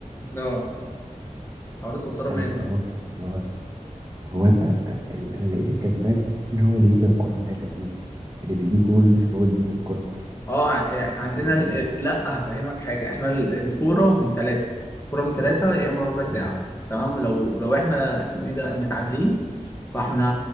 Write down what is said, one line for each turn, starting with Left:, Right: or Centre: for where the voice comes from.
Left: اه حوار السبترة ماله
Right: انا استغربته اللي هو هو ال- انا لقيت الكسبان هو اللي بيفضل الكرة معايا تقريبا اللي بيجيب جول هو اللي بيفضل الكرة معايا
Left: اه احنا
Right: ولا
Left: عندنا
Right: انا سرح
Left: ال... ال- لا هفهمك حاجه احنا ال- الفوره من ثلاثه الفوره من ثلاثه يا اما ربع ساعه
Right: تمام
Left: تمام لو لو احنا اسمه ايه ده متعادلين فاحنا